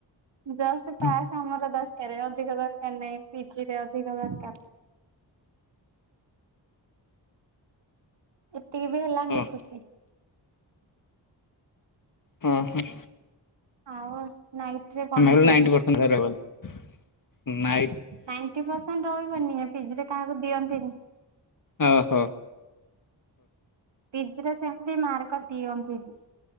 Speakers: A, on the right (about 70°); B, on the left (about 45°).
A: ଯଷ୍ଟ୍ ପାସ
B: ହୁଁ
A: ଆମର ଦରକାର ଅଧିକ ଦରକାର ନାହିଁ ପିଜିରେ ଅଧିକ ଦରକାର ଏତିକି ବି ହେଲା ଆମେ
B: ଓ
A: ଖୁସି
B: ହଁ ହଁ ହଁ
A: ଆଉ ନାଇଟ ରେ କଣ
B: ନହେଲେ
A: ଖାଇବ?
B: ନାଇଣ୍ଟି ପର୍ସେଣ୍ଟ ରହିବ ବୋଲି ନା
A: ନାଇଣ୍ଟି ପରସେଣ୍ଟ ରହିବନି ପିଜି ରେ କାହାକୁ ଦିଅନ୍ତି ନି।
B: ଓହୋ
A: ପିଜର ସେମତି ମାର୍କ ଦିଅନ୍ତିି ନି।